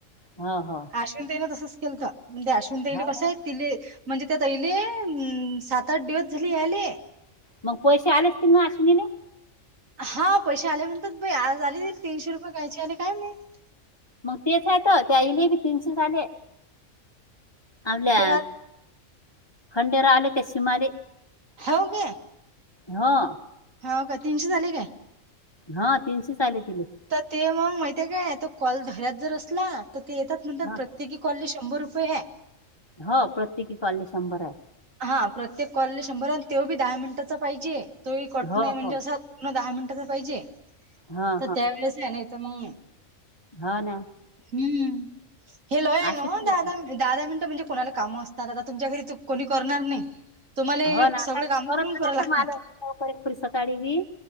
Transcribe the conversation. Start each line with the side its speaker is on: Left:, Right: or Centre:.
Left: हो हो.
Right: अश्विन ताईन तसंच केलत. म्हते अश्विन ताईले
Left: हो
Right: कसंय
Left: ना
Right: तिले म्हणजे त्या ताईले सात आठ दिवस झाले याले.
Left: मग पैसे आलेत की नाही अश्विनी ले.
Right: हा पैसे आले म्हणतात बई. आज आले तीनशे रुपये कायचे आले काय माहित?
Left: मग तेच हाय त. त्याईले बी तीनशे आले. आपल्या
Right: कोणा
Left: खंडेरावलं त्या शिमाले.
Right: हव काय?
Left: हो.
Right: हाव का? तीनशेच आले काय?
Left: हा तीनशे आले तिले.
Right: त ते मग माहितीे काय? तो कॉल धाऱ्यात जर असला तर ते येतात म्हणतात
Left: हा
Right: प्रत्येकी कॉले शंभर रुपयेय.
Left: हो प्रत्येकी कॉले शंभरे.
Right: हा प्रत्येक कॉले शंभर. अण तो बी दहा मिनिटाचा पाहिजे. तो बी कट
Left: हो
Right: नाही म्हणजे
Left: हो
Right: अस पूर्ण दहा मिनिटच पाहिजे.
Left: हा
Right: त त्यावेेळेसे नाही त मग
Left: हा ना.
Right: हम्म. हे लोहेन
Left: अशीच
Right: ओ.
Left: की
Right: दहा
Left: आहे.
Right: दहा दहा दहा मिनिटं म्हणजे कोणाला कामं असतात. आता तुमच्या घरीत कोणी करणार नाही. तुम्हाला
Left: हो ना
Right: सगळे
Left: काय
Right: काम
Left: करत
Right: करून
Left: राहता
Right: कराव लागतात
Left: मला पोरी सकाळी बी.